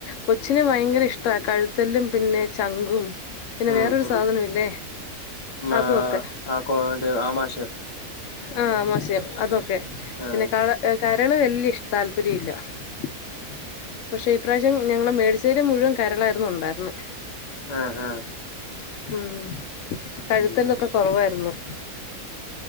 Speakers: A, on the left; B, on the left.
A: കൊച്ചിനെ ഭയങ്കര ഇഷ്ടാ കഴുത്തല്ലും പിന്നെ ചങ്കും. പിന്നെ
B: ഉം
A: വേറൊരു
B: ഉം
A: സാധനം ഇല്ലേ
B: മാ
A: അതും ഒക്കെ
B: ആ ആമാശ
A: ആഹ് മോശം അതൊക്കെ
B: ആഹ്
A: പിന്നെ കാ ലെ കെ മരികൾ വല്ല്യ ഇഷ്ട താല്പര്യംല്ല. <unintelligible> പക്ഷെ ഈപ്രാവശ്യം ഞങ്ങള് മേടിച്ചേല് മുഴുവൻ കരളായിരുന്നു ഉണ്ടായിരുന്നേ.
B: ആഹ് ആഹ്
A: മ്മ് കഴുത്തല്ലൊക്കെ
B: ഉം
A: കൊറവായിരുന്നു.